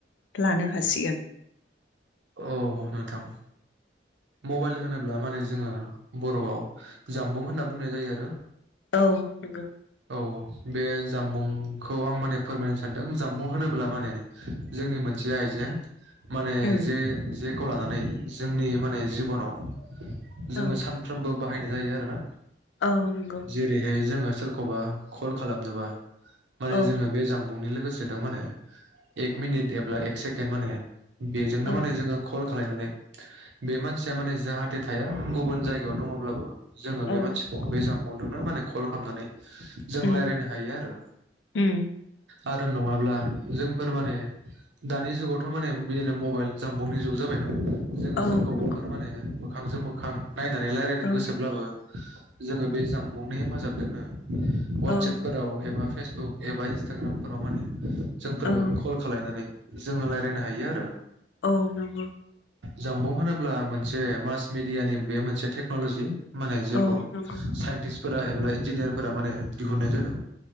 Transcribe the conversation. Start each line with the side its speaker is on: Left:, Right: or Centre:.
Left: लानो हासिगोन।
Right: औ नोंथां। मबाइल होनो ब्ला माने जोङो <unintelligible> जामबुं होनना बुंनाय जायो आरो
Left: औ नंगौ
Right: औ बे जामबुंखौ आं माने फोरमायनो सानदों जामबुं होनोब्ला माने जोंनि मोनसे आइजें। माने
Left: उम
Right: <unintelligible> जेखौ लानानै जोंनि माने जिबनाव जोङो
Left: औ
Right: सानफ्रोमबो बाहायनाय जायो आरो ना
Left: औ नंगौ
Right: जेरैहाय जोङो सोरखौबा कल खालामनोबा माने
Left: औ
Right: जोङो बे जां <unintelligible> जोंनो
Left: औ
Right: माने जो खालनानै बे मानसिया माने जाहाथे थाया गुबुन जायगायाव दङब्लाबो जोङो बे
Left: औ
Right: मानसिखौ
Left: नंगौ
Right: बे जामबुदोंनो माने कल खालामनानै जों
Left: उम
Right: रायलायनो हायो आरो
Left: उम
Right: आरो नङाब्ला जोंफोर माने दानि जुगावथ' माने बिदिनो मबाइल जाम्बुंनि जुग जाबायना जोङो
Left: औ
Right: सोरखौबा
Left: नंगौ
Right: फोरमाने मोखांजों मोखां नायनानै रायलायनो
Left: ओं औ
Right: गोसोब्लाबो जोङो बे जबुं नि हेफाजाबदोंनो
Left: ओं
Right: वाटसएप खालाम एबा फेसबुक एबा इन्सटाग्रामफोराव माने जोंफोरो
Left: ओं
Right: कल खालयनानै जोङो रायलायनो हायो आरो
Left: औ नंगौ
Right: जाम्बुं होनोब्ला मोनसे मास मिडियानि बे मोनसे टेक्न'लजि माने जेखौ
Left: औ नंगौ
Right: साइन्टिस फोरा एबा इन्जिनियार फोरा माने दिहुननाय जादों